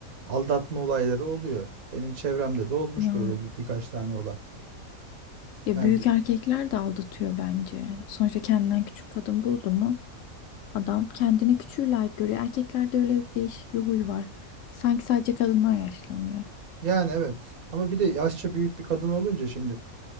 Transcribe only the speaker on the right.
aldatma olayları oluyor. Benim çevremde de olmuştu
öyle bir, birkaç tane olay.
Yani
Yani evet ama bir de yaşça büyük bir kadın olunca şimdi